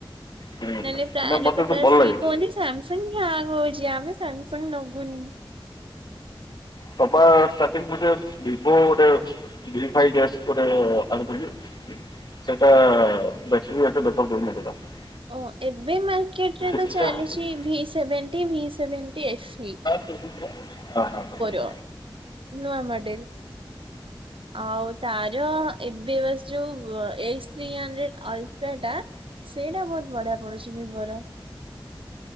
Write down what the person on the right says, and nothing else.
ନହେଲେ ପ୍ରାୟ
ଲୋକ
ତ
ଆସିକି
କୁହନ୍ତି ସାମସଙ୍ଗ ହ୍ୟାଙ୍ଗ ହଉଛି ଆମେ ସାମସଙ୍ଗ ନବୁନି।
ଓ ଏବେ ମାର୍କେଟରେ ତ
ଚାଲିଛି ଭି ସେଭେଣ୍ଟି ଭି ସେଭେଣ୍ଟି ଏଫି।
ଅ ନୂଆ ମଡେଲ। ଆଉ ତାର ଏବେ ବାସ ଯୋଉ ଏସ ଥ୍ରି ହଣ୍ଡ୍ରେଡ ଆଲଟ୍ରା ଟା ସେଇଟା ବହୁତ ବଢିଆ ପଡୁଛି ଭିବୋର।